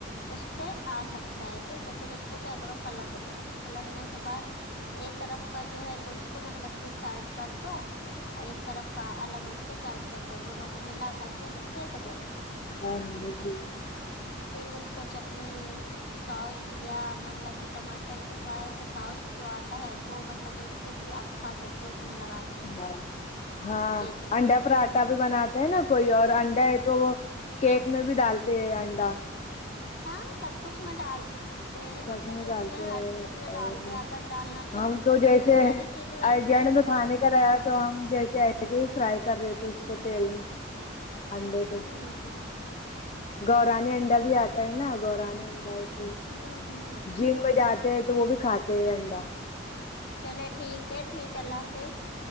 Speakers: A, on the left; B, on the left.
A: اس پہ آ سکتا ہے ٹھیک ہے پھر اس کو کیا کرو پلٹ دو پلٹنے کے بعد ایک طرف کا جو ہے تو اس کو مطلب کہ سائڈ کردو ایک طرف کا الگ اس کو سائڈ کر دو دونوں کو ملا کے اچھے سے سیک دو
B: اور ہمیں کیوں
A: پھر اس کو چٹنی سوس یا مطلب کہ ٹماٹر کی سو سوس جو آتا ہے وہ مطلب کہ اس سے بھی آپ کھا سکتے ہو اس میں لگا کے
B: ہاں ہاں
A: جی جی
B: انڈا پراٹا تا بھی بناتے ہے نا کوئی اور انڈا ہے تو وہ کیک میں بھی ڈالتے ہے انڈا
A: ہاں سب کچھ میں ڈال تے ہے
B: سب
A: مطلب کہ
B: ڈالتے
A: اس میں ہر
B: ہیں
A: چیز میں ڈالتے
B: اور
A: ہیں اگر ڈالنا چاہو
B: ہم
A: تو
B: جیسے
A: بہت ساری چیز میں
B: ارجنٹ
A: ایسا ہے
B: میں
A: کہ
B: کھانے
A: ڈالتے
B: کا رہا تو ہم جیسے ایسے ہی فرائی کر لیتے اس کو تیل میں انڈے
A: ہوں
B: کو گورانے انڈا بھی آ ہےنا گورانے انڈا بھی
A: ہوں ہوں ہوں
B: جم میں جاتے ہیں تو وہ بھی کھاتے ہیں یہ انڈا
A: چلے ٹھیک ہے ٹھیک ہے اللہ حافظ